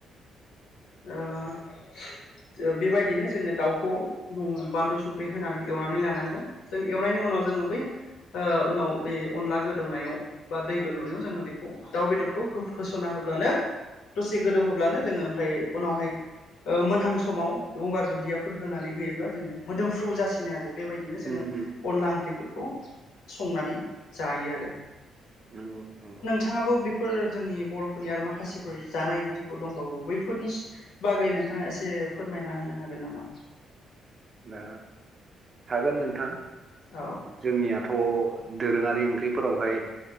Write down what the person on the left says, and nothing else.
आ। बेबायदिनो जोङो दाउखौ बानलु संख्रि होनानै एवनानै लानांगोन जों एवनायनि उनाव ज ब उनाव बे अ गोदौनाय बा दैदौनाय जोङो बेखौ दाउ बेदरखौ होस'ना होब्लानो दसे गोदौ होब्लानो जोङो ओमफ्राय उनावहाय मोनहां समाव गंगार दुन्दियाफोर होनानै होयोब्ला जोङो मोदोमफ्रु जासिनो आरो बेबायदिनो
जोङो
अनला ओंख्रिफोरखौ संनानै जायो आरो
बिथाङाबो बेफोर जोंनि बर'फोरनि आरो माखासेफोर जानाय ओंख्रिफोर दंबावो बैफोरनि बागैनो नोंथाङा एसे फोरमायना होनो हागोन नामा?
औ